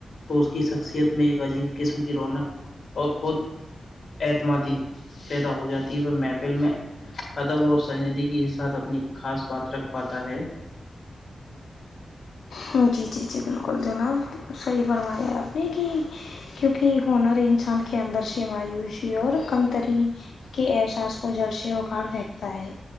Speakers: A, on the left (about 60°); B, on the left (about 85°).
A: تو اس کی شخصیت میں ایک عجیب قسم کی رونق اور خود اعتمادی پیدا ہو جاتی ہے وہ محفل میں ادب اور سنجیدگی کے ساتھ اپنی خاص بات رکھ پاتا ہے
B: ج جی جی جی بالکل جناب صحیح فرمایا ہے آپ نے کہ کیونکہ ہنر ہی انسان کے اندر سے مایوسی اور کمتری کے احساس کو جڑھ سے اکھاڑ پھینکتا ہے